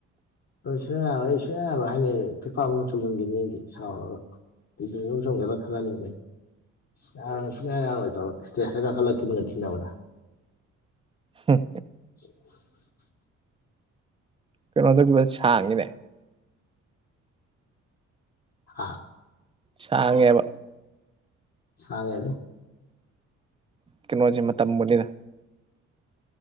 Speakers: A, on the left; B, on the right.
A: ꯑ ꯁ ꯑꯩ ꯁꯨꯡꯌꯥ ꯌꯥꯅꯕ ꯍꯥꯏꯅꯩ ꯐꯤꯐꯥꯃ ꯆꯨꯝꯍꯟꯈꯤꯅꯤꯗꯤ ꯁꯥꯎꯔꯒ ꯆꯒꯦꯂ ꯈꯂꯅꯤ ꯌꯥꯔ ꯁꯨꯡꯛꯌꯥ ꯌꯥꯔꯣꯏ ꯇꯧꯔꯣ ꯏꯁꯇꯦꯖꯇ ꯀꯥꯈꯠꯂꯛꯈꯤꯅꯤꯒ ꯊꯤꯅꯕꯗ
B: ꯎ
A: <inaudible>
B: ꯀꯩꯅꯣ ꯇꯧꯕ ꯁꯥꯡꯉꯤꯅꯦ
A: ꯍꯥ
B: ꯁꯥꯡꯉꯦꯕ
A: ꯁꯋꯦ ꯑꯗꯨ
B: ꯀꯩꯅꯣꯁꯦ ꯇꯕꯅꯤꯅ